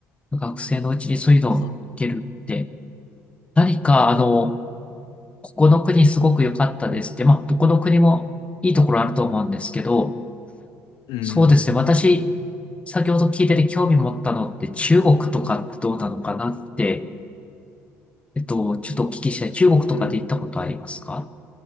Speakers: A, on the left (about 15°); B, on the left (about 65°).
A: 学生のうちにそういうの行けるって。
B: そう。
A: 何か、あの、ここの国すごく良かったですって、まあ、どこの国もいいところあると思うんですけど、
B: うん。
A: そうですね、私、先ほど聞いてて興味持ったのって中国とかってどうなのかなって、えっと、ちょっとお聞きしたい。中国とかで行ったことありますか
B: 中、